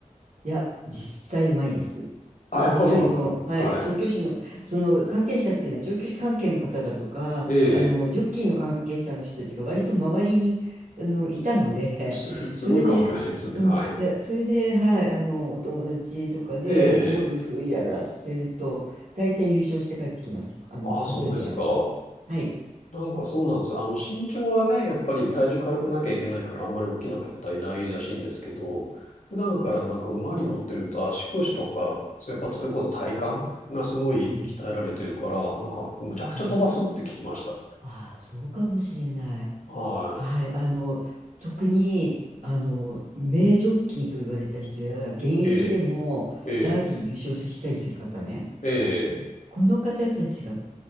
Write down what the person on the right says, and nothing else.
いや、実際うまいです。
知り合いの、
はい、
調教師の、その関係者っていうのは、調教師関係の方だとか、
あの、ジョッキーの関係者の人たちが割と周りに、あの、いたので、
<laughs>
それで、うん、
いや、それで、はい、あの、お友達とかでゴルフやらせると、
大体優勝して帰ってきます。あの、
コンペでやると。
はい。
うん。
はい。ああ、そうかもしれない。
はい、あの、特に、あの、名ジョッキーと言われた人や、現役でもダービー優勝したりする方ね、
この方たちが